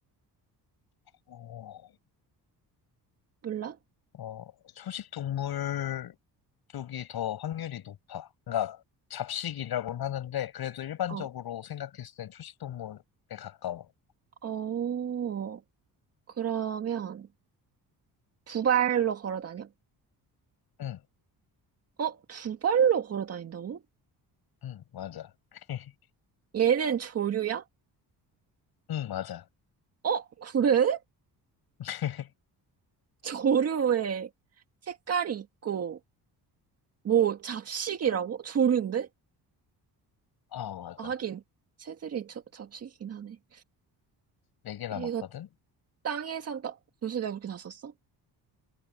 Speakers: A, on the left (about 65°); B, on the right (about 35°).
A: 어,
B: 몰라?
A: 어, 초식 동물 쪽이 더 확률이 높아. 그러니까 잡식이라고는 하는데 그래도 일반적으로
B: 어.
A: 생각했을 땐 초식 동물에 가까워.
B: 어, 그러면, 두 발로 걸어 다녀?
A: 응,
B: 어, 두 발로 걸어 다닌다고?
A: 응, 맞아. <laughs>
B: 얘는 조류야?
A: 응, 맞아.
B: 어, 그래?
A: <laughs>
B: <laughs> 조류에 색깔이 있고, 뭐, 잡식이라고? 조류인데?
A: 아, 맞아.
B: 아, 하긴, 새들이 저, 잡식이긴 하네.
A: 네 개 남았거든?
B: 얘가 땅에 산다. 벌써 내가 그렇게 다 썼어?